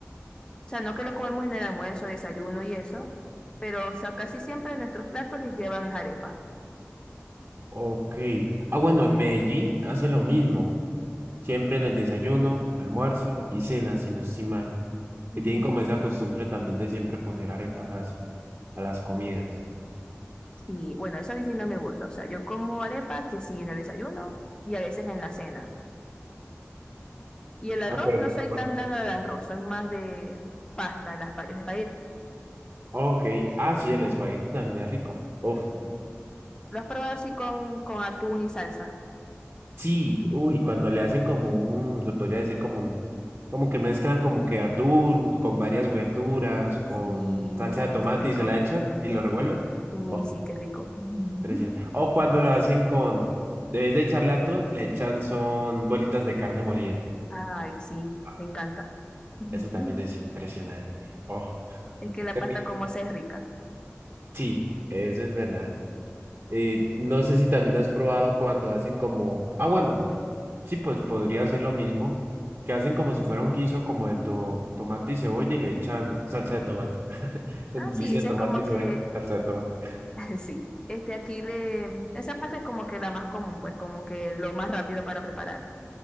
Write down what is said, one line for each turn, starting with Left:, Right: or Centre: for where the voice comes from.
Left: O sea, no que lo comemos en el almuerzo, desayuno y eso, pero, o sea, casi siempre nuestros platos llevan es arepa.
Right: Ok. Ah, bueno, en Medellín hacen lo mismo. Siempre en el desayuno, almuerzo y cena, si no estoy mal.
Left: Ujú.
Right: Que tienen como esa costumbre también de siempre poner arepa a las, a las comidas.
Left: Y bueno, eso a mí sí no me gusta. O sea, yo como arepa que sí en el desayuno y a veces en la cena. Y el arroz,
Right: Ah, pero
Left: no
Right: en el
Left: soy
Right: almuerzo.
Left: tan dada al arroz, soy más de pasta, el aspa- el espagueti.
Right: Ok. Ah, sí, el espagueti también es rico. Uf.
Left: Mm. Lo has probado así con, con atún y salsa.
Right: Sí, uy, cuando le hacen como un, se podría decir como un, como que mezclan como que atún con varias verduras, con
Left: Sí,
Right: salsa
Left: ay,
Right: de tomate
Left: qué rico.
Right: y se la echan y lo revuelven.
Left: Uy,
Right: Oh,
Left: sí, qué rico. <laughs>
Right: precioso. O cuando lo hacen con, debes de echarle atún, le echan son bolitas de carne molida.
Left: Ay, sí,
Right: Ah,
Left: me encanta. <laughs> Ujú.
Right: Eso también es impresionante. Oh,
Left: Es que la
Right: Qué
Left: pasta
Right: rico.
Left: como esa es rica.
Right: sí, eso es verdad. Eh, no sé si también has probado cuando hacen como, ah, bueno. Sí, pues podría ser lo mismo, que hacen como si fuera un guiso como de to- tomate y cebolla y le echan salsa de tomate. <laughs> Un
Left: Ah,
Right: Guiso
Left: sí, esa
Right: de tomate
Left: es como
Right: y
Left: que,
Right: cebolla, salsa de tomate.
Left: <laughs> sí, este aquí le, esa pasta es como que la más común, pues como que lo más rápido para preparar.